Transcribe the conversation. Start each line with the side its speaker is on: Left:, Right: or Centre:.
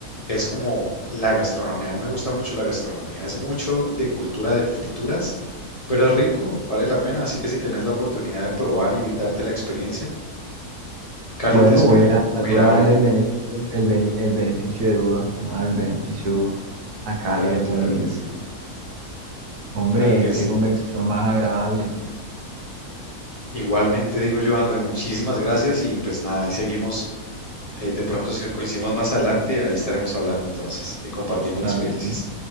Left: es como la gastronomía, a mí me gusta mucho la gastronomía, es mucho de cultura de frituras, pero es rico, vale la pena, así que si tenés la oportunidad de probar y darte la experiencia, Cali
Right: Bueno,
Left: te espera.
Right: voy a,
Left: Mira,
Right: voy a darle
Left: ve.
Right: el beneficio, el, bene- el beneficio de duda. Vamos a dar el beneficio de duda a Cali
Left: Claro,
Right: algún
Left: claro
Right: día.
Left: que sí.
Right: Hombre,
Left: Claro que
Right: qué
Left: sí.
Right: conversación más agradable.
Left: Igualmente digo yo, André, muchísimas gracias y pues nada, ahí seguimos. Eh, de pronto si coincidimos más adelante, ahí estaremos hablando entonces y compartiendo
Right: Claro
Left: experiencias.
Right: que sí.